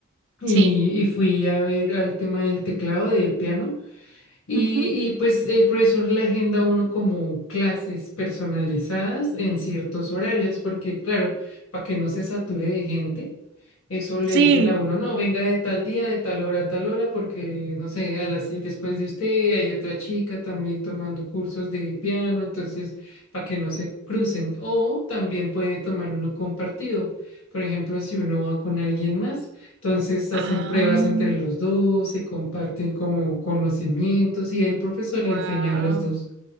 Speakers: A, on the left; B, on the right.
A: y,
B: Sí.
A: y fui a ver al tema del teclado, del piano. Y,
B: Ujú.
A: y, pues el profesor le agenda a uno como clases personalizadas en ciertos horarios, porque claro, para que no se sature de gente, eso le
B: Sí.
A: dicen a uno, no, venga de tal día, de tal hora a tal hora, porque no sé, a las siete después de usted hay otra chica también tomando cursos de piano, entonces para que no se crucen. O también puede tomar uno compartido, por ejemplo, si uno va con alguien más. Entonces hacen
B: Ah,
A: pruebas entre los dos, se comparten como conocimientos y el profesor
B: wow.
A: le enseña a los dos.